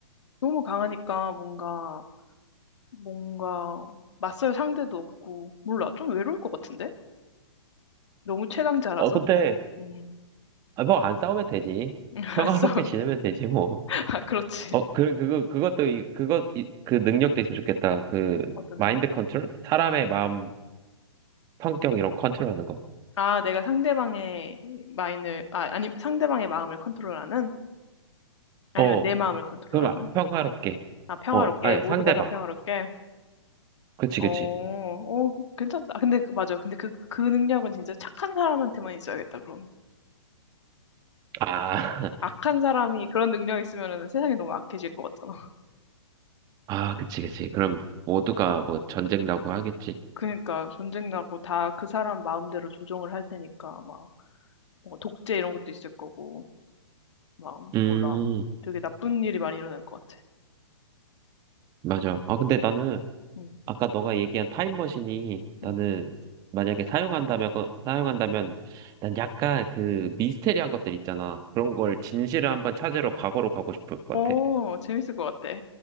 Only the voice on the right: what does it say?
어, 근데,
아, 뭐, 안 싸우면 되지.
평화롭게
지내면 되지, 뭐.
어, 그, 그거, 그것도, 이, 그것, 이, 그 능력도 있으면 좋겠다. 그,
마인드
컨트롤? 사람의 마음, 성격, 이런 컨트롤 하는 거.
어,
그럼, 아, 평화롭게.
어, 아니,
상대방.
그치,
그치.
아,
<laughs> 아, 그치, 그치. 그럼, 모두가 뭐, 전쟁 나고 하겠지.
음,
맞아. 아, 근데 나는,
아까 너가 얘기한 타임머신이 나는
만약에 사용한다면, 사용한다면 난 약간 그 미스테리한 것들 있잖아. 그런 걸 진실을 한번 찾으러 과거로 가고 싶을 것
같아.